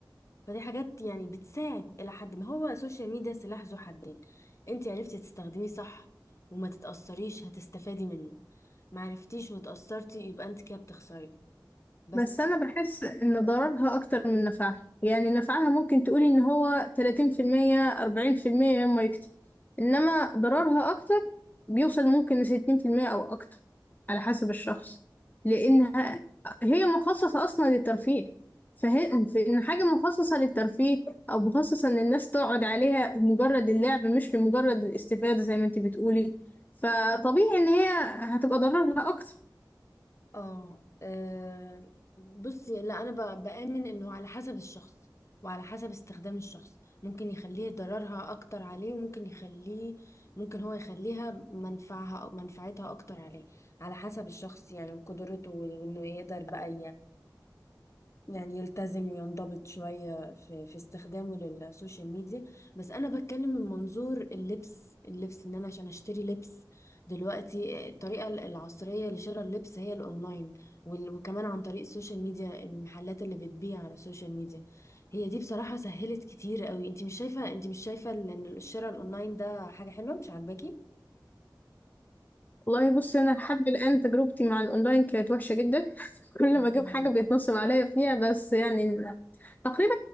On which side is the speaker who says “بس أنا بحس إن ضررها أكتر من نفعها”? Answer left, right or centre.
Left